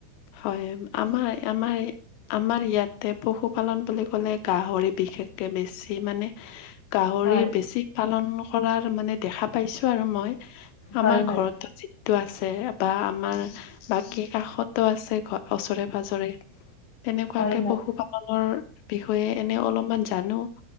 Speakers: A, on the left; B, on the left.
A: হয়, আমাৰ আমাৰ আমাৰ ইয়াতে পশুপালন বুলি কলে গাহৰি বিশেষকে বেছি মানে গাহৰি
B: হয়
A: বেছি পালন কৰাৰ মানে দেখা পাইছোঁ আৰু মই।
B: হয়
A: আমাৰ
B: হয়
A: ঘৰতো যিটো আছে বা আমাৰ বাকী কাষতো আছে ওচৰে পাজৰে, তেনেকুৱাকে
B: হয় হয়
A: পশুপালনৰ বিষয়ে এনে অলপ মান জানোঁ,